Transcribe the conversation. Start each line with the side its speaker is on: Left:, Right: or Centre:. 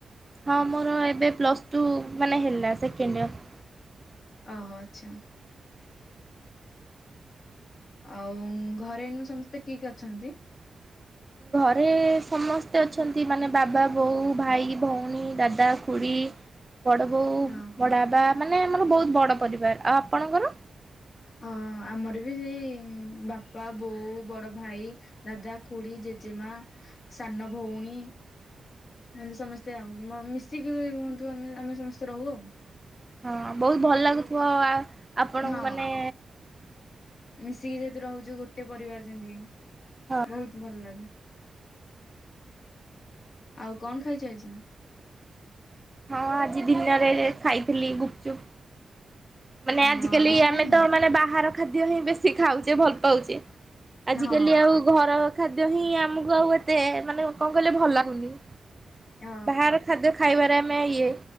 Right: ହଁ, ମୋର ଏବେ ପ୍ଲସ୍ ଟୁ ମାନେ ହେଲା ସେକେଣ୍ଡ ଇଅର।
Left: ଓହୋ, ଆଚ୍ଛା। ଆଉ ଘରେ ଏଇନୁ ସମସ୍ତେ କିଏ କିଏ ଅଛନ୍ତି।
Right: ଘରେ ସମସ୍ତେ ଅଛନ୍ତି, ମାନେ ବାବା, ବୋଉ, ଭାଇ, ଭଉଣୀ, ଦାଦା, ଖୁଡ଼ି।
Left: <inaudible>
Right: ବଡ଼ ବୋଉ,
Left: ଓହୋ।
Right: ବଡ଼ବାପା, ମାନେ ଆମର ବହୁତ ବଡ଼ ପରିବାର। ଆଉ ଆପଣଙ୍କର?
Left: ହଁ, ଆମର ବି ସେଇ ବାପା, ବୋଉ, ବଡଭାଇ। ଦାଦା, ଖୁଡି, ଜେଜେମା, ସାନଭଉଣୀ। ଏମତି ସମସ୍ତେ ଆଉ ମିଶିକି ବି ରୁହନ୍ତୁ ଆମେ ଆମେ ସମସ୍ତେ ରହୁ ଆଉ।
Right: ହଁ ବହୁତ ଭଲ ଲାଗୁଥିବ ଆପଣଙ୍କୁ
Left: ହଁ
Right: ମାନେ
Left: ମିଶିକି ଯେହେତୁ ରହୁଛୁ ଗୋଟେ ପରିବାର ଯେମତି।
Right: ହଁ
Left: ବହୁତ ଭଲ ଲାଗେ। ଆଉ କଣ ଖାଇଛ ଆଜି?
Right: ହଁ, ଆଜି ଦିନରେ ଖାଇଥିଲି ଗୁପଚୁପ୍। ମାନେ
Left: ହଁ
Right: ଆଜିକାଲି
Left: ଆଉ କିଛି
Right: ଆମେ
Left: ଖାଇନ
Right: ତ ମାନେ ବାହାର ଖାଦ୍ୟ ହିଁ ବେଶୀ ଖାଉଚେ ଭଲ ପାଉଚେ। ଆଜିକାଲି
Left: ହଁ
Right: ଆଉ ଘର ଖାଦ୍ୟ ହିଁ ଆମକୁ ଆଉ ଏତେ ମାନେ କଣ କହିଲେ ଭଲ ଲାଗୁନି।
Left: ଅ
Right: ବାହାର ଖାଦ୍ୟ ଖାଇବାରେ ଆମେ ଇଏ